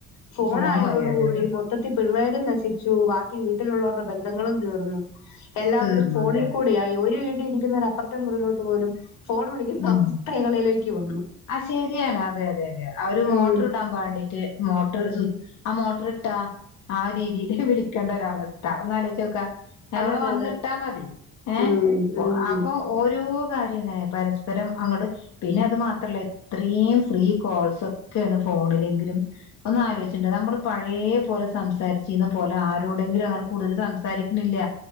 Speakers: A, on the left; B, on the left.
A: ഫോണായതോടുകൂടി
B: ഫോണു ആയി അതെ അതെ
A: മൊത്തത്തിൽ പിള്ളേരും നശിച്ചു ബാക്കി വീട്ടിലുള്ളവരുടെ ബന്ധങ്ങളും തീർന്നു എല്ലാവരും
B: തീർന്നു
A: ഫോണിൽ
B: അതെ അതെ
A: കൂടെയായി ഒരു വീട്ടിൽ ഇരിക്കുന്നവർ അപ്പുറത്തെ മുറിലോട്ട് പോലും ഫോൺ വിളിക്കുന്ന
B: ഉം
A: അവസ്ഥകളിലേക്ക് വന്നു
B: ആ ശരിയാണ് അതെയതെയതെ അവര്
A: ഉം
B: മോട്ടർ ഇടാൻ ബാണ്ടീട്ട് മോട്ടർ സ്വി ആ മോട്ടർ ഇട്ടാ ആ രീതില് വിളിക്കേണ്ടരവസ്ഥ ട്ട ഒന്നാലേചിച്ചോക്കാ
A: അതെ
B: എവിടെ
A: അതെ
B: വന്നിട്ടാ
A: അതെ അതെ
B: മതി ഏഹ്
A: ഉം ഉം
B: അപ്പൊ ഓരോ കാര്യങ്ങനെ പരസ്പരം അങ്ങട് പിന്നെ അത് മാത്ര ത്രല്ല ഇത്രയും ഫ്രീ കോൾസ് ഒക്കെയാണ് ഫോണിലെങ്കിലും ഒന്നാലോചിച്ചിണ്ടാ നമ്മള് പഴയ പോലെ സംസാരിച്ചിന്ന പോലെ ആരോടെങ്കിലും അങ്ങനെ കൂടുതൽ സംസാരിക്കണില്ല